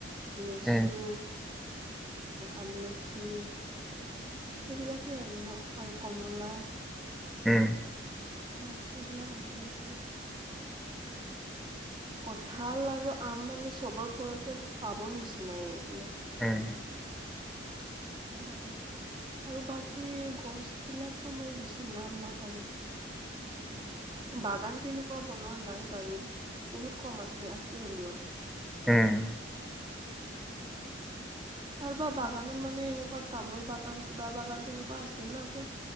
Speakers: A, on the right (about 25°); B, in the centre.
A: লেচু,
B: উম
A: আমলখি। সেইবিলাকেই আৰু ন আৰু কমলা।
B: উম।
A: উম এইবিলাক আছে, উম। কঠাঁল আৰু আম মানে চবৰ ঘৰতে পাব নিচিনাই।
B: উম।
A: <inaudible> আৰু বাকী গছ বিলাকতো মই বেছি নাম নাজানোঁ।
B: <inaudible>
A: বাগান তেনেকুৱা বনোৱা নাই বাৰু বহুত কম আছে, আছে হ'লেও।
B: এৱ।
A: কাৰোবাৰ বাগানত মানে এনেকুৱা তামোল বাগান কিবা বাগান তেনেকুৱা আছে ন তো।